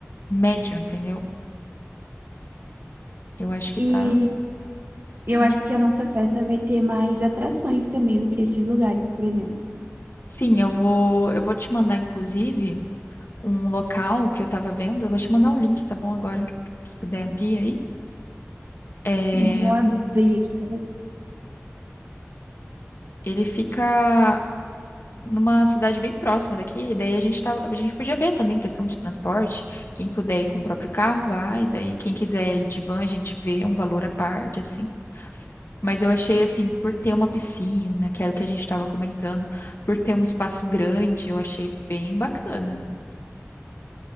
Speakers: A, on the left; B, on the right.
A: médio, entendeu? Eu acho que
B: E
A: tá,
B: eu
A: tá bom.
B: acho que a nossa festa vai ter mais atrações também do que esses lugares, por exemplo.
A: Sim, eu vou, eu vou te mandar, inclusive, um local que eu tava vendo. Eu vou te mandar o link, tá bom? Agora, se puder abrir aí. É,
B: Vou abrir aqui.
A: ele fica numa cidade bem próxima daqui. E daí a gente tava, a gente podia ver também questão de transporte. Quem puder ir com o próprio carro, vai. Daí quem quiser ir de van, a gente vê um valor à parte, assim. Mas eu achei assim, por ter uma piscina, que era o que a gente estava comentando, por ter um espaço grande, eu achei bem bacana.